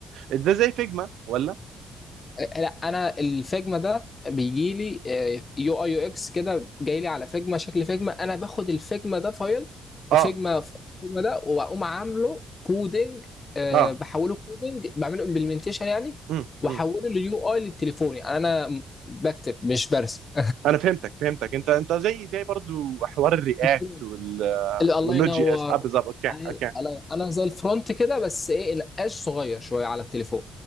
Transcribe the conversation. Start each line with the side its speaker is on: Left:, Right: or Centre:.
Right: ده زي فيجما ولا
Left: آه، لا انا الفيجما ده بيجي لي يو اي يو اكس كده جاي لي على فيجما شكل فيجما انا باخد الفيجما ده فايل
Right: اه
Left: فيجما فيجما ده واقوم عامله كودنج
Right: اه
Left: بحوله كودنج بعمله امبلمنتيشن يعني
Right: امم
Left: واحوله
Right: امم
Left: ليو اي للتليفون يعني انا بكتب مش برسم
Right: انا فهمتك فهمتك انت انت زي زي برضه حوار الرياكت
Left: <laughs>
Right: وال
Left: ال- الله
Right: والنوت
Left: ينور
Right: جي اس اه بالظبط اوكي
Left: أنا
Right: اوكي
Left: أنا أنا زي الفرونت كده بس إيه نقاش صغير شوية على التليفون